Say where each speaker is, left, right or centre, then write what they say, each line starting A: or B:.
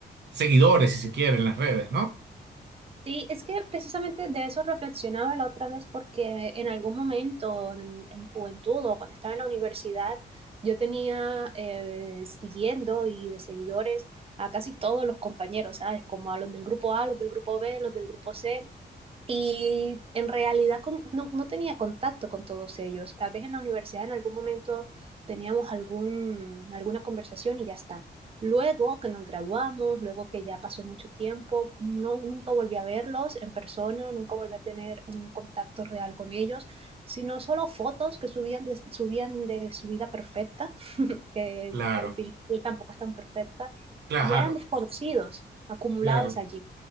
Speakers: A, on the right (about 70°); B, on the right (about 30°).
A: seguidores, si se quiere, en las redes, ¿no?
B: Sí, es que precisamente de eso reflexionaba la otra vez porque en algún momento en, en mi juventud o cuando estaba en la universidad, yo tenía eh, siguiendo y de seguidores a casi todos los compañeros, ¿sabes? Como a los del grupo A, los del grupo B, los del grupo C. Y en realidad con- no, no tenía contacto con todos ellos. Tal vez en la universidad en algún momento teníamos algún, alguna conversación y ya está. Luego que nos graduamos, luego que ya pasó mucho tiempo, no, nunca volví a verlos en persona, nunca volví a tener un contacto real con ellos, sino solo fotos que subían de, subían de su vida perfecta, que
A: Claro,
B: al final tampoco es tan perfecta,
A: claro,
B: y eran desconocidos, acumulados
A: claro,
B: allí,